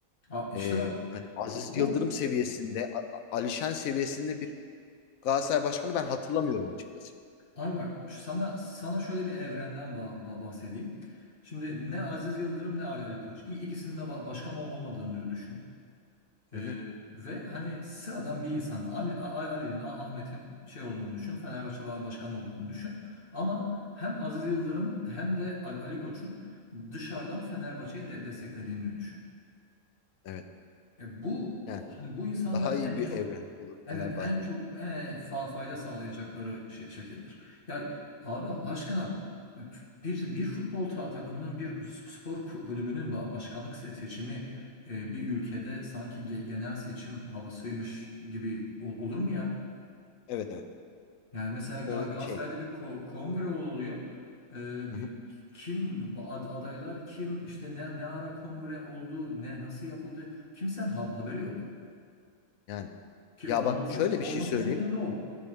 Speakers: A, on the left; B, on the left.
A: Aa, işte
B: Ee,
A: bak
B: hani Aziz
A: o, o
B: Yıldırım seviyesinde, A- A- Alişan seviyesinde bir Galatasaray başkanı ben hatırlamıyorum açıkçası
A: abi bak sana sana şöyle bir evrenden ba- ba- bahsedeyim. Şimdi ne Aziz Yıldırım ne Ali, Ali Koç. İ- İkisinin de ba- başkan ol- olmadığını dü- düşün.
B: yani.
A: Ee,
B: Hı hı,
A: ve hani sıradan bir insan Ali- A- A- Ali'nin, A- Ahmet'in şey olduğunu düşün. Fenerbahçe ba- Başkanı olduğunu düşün. Ama hem Aziz Yıldırım'ın hem de Ali Ali Koç'un dışarıdan Fenerbahçe'yi de desteklediğini düşün.
B: evet.
A: E, bu
B: Yani
A: hani bu insanların
B: daha iyi
A: en
B: bir
A: çok
B: evren olur
A: evet
B: Fenerbahçe
A: en çok
B: için.
A: e, fa- fayda sağlayacakları şey, şekildir. Ya abi Allah aşkına bir bir futbol ta- takımının bir spor ku- kulübünün ba- başkanlık se- seçimi e, bir ülkede sanki ge- genel seçim havasıymış gibi ol- olur mu ya?
B: Evet evet.
A: Yani mesela Ga-
B: O
A: Galatasaray'da
B: şey.
A: bir ko- kongre oluyor. E,
B: Hı
A: bir,
B: hı,
A: kim ad- adaylar kim işte ne ne ara kongre oldu ne nasıl yapıldı kimsenin ha- haberi yok.
B: yani.
A: Ki
B: Ya
A: olması
B: bak şöyle
A: olması
B: bir şey söyleyeyim.
A: gereken de o.